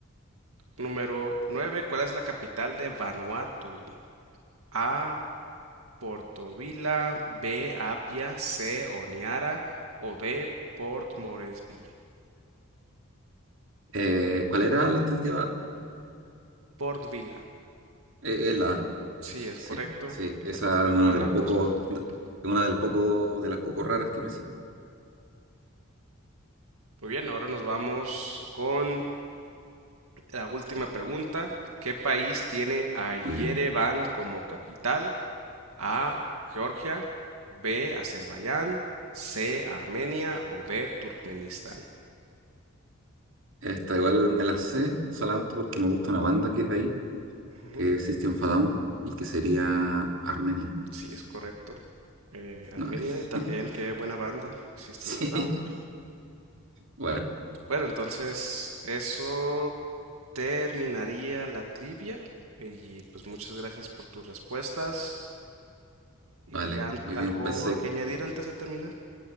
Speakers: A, on the right; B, on the right.
A: Número 9, ¿Cuál es la capital de Vanuatu? A. Portovila, B. Apia, C. Oniara o D. Port Moresby.
B: Eh, ¿cuál era la alternativa A?
A: Port Vila.
B: Eh, es la A.
A: Sí, es
B: Sí,
A: correcto.
B: sí, esa
A: La capital
B: es una
A: de Vanuatu
B: de las pocos,
A: es Port Vila.
B: una de las pocos, de las poco raras que me sé.
A: Muy bien, ahora nos vamos con la última pregunta. ¿Qué país tiene a Yerevan
B: Muy bien.
A: como capital? A. Georgia. B. Azerbaiyán. C. Armenia. O D. Turkmenistán.
B: Esta igual me la sé solamente porque me gusta una banda que es de ahí,
A: Ujú,
B: que es System of a Down, y que sería Armenia.
A: Sí, es correcto. Eh, Armenia
B: No,
A: y también
B: <laughs>
A: qué buena banda, System
B: sí.
A: of a Down.
B: Bueno,
A: Bueno, entonces eso terminaría la trivia. Y pues muchas gracias por tus respuestas.
B: vale,
A: ¿Y an-
B: muy
A: algo
B: bien. Pensé
A: que añadir antes de terminar?